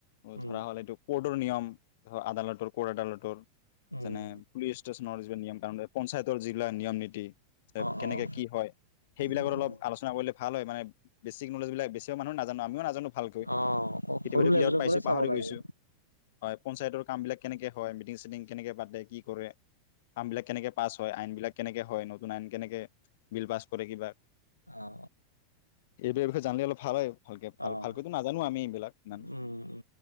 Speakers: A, on the left (about 85°); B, on the left (about 50°).
A: উম,
B: ধৰা হ'ল এইটো ক'ৰ্টৰ নিয়ম ধ আদালটৰ কদালটৰ
A: উম,
B: যেনে পুলিচ ষ্টেচনৰ যি নিয়ম তামানে পঞ্চায়তৰ যি বিলাক নিয়ম নীতি
A: অ',
B: কেনেকে
A: অ',
B: হয় সেইবিলাকত
A: উম,
B: অলপ
A: উম,
B: আলোচনা কৰিলে ভাল হয় মানে বেছিক নলেজবিলাক বেচিভাগ মানুহে নাজানো আমি নাজানো ভালকৈ
A: অ',
B: কেতিয়াবা
A: সৰু লেভেলৰ
B: কিতাপত পাইছো
A: পৰাই চাব
B: পাহৰি
A: লাগে।
B: গৈছো হয় পঞ্চায়তৰ কাম বিলাক কেনেকে হয় মিটং চিটং কেনেকে পাতে কি কৰে কাম বিলাক কেনেকে পাছ হয় আইন বিলাক কেনেকে হয় নতুন আইন কেনেকে বিল পাছ কৰে কিবা
A: অ
B: এইবোৰৰ বিষয়ে জানিলে অলপ ভাল হয়। ভাল
A: অ',
B: ভালকৈটো নাজানো আমি এইবিলাক। ইমান
A: উম উ